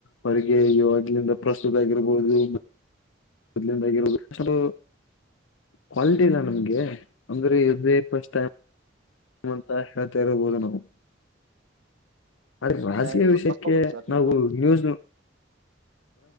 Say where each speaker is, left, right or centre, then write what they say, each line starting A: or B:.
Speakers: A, on the left; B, on the right.
A: ಅವರಿಗೆ ಇವಾಗಿಲಿಂದ ಪ್ರಸ್ತುತ ಆಗಿರಬಹುದು ಮೊದ್ಲಿಳಲಿಂದ ಆಗಿರ್ಬೋದು ಕ್ವಾಲಿಟಿ ಇಲ್ಲ ನಮ್ಗೆ ಅಂದ್ರೆೇ ಇದೆ ಫಸ್ಟ್ ಟೈಮ್ ಅಂತ ಹೇಳ್ತಾ ಇರ್ಬೋದ ನಾವು ಅದ ರಾಜಕೀಯ
B: ಏ, ಎಲ್ಲ
A: ವಿಷಯಕ್ಕೆ
B: ತಪ್ಪಾಗುತ್ತೆ ಸರ್ ನಿಮ್ದು
A: ನಾವು ನ್ಯೂಸ್ನು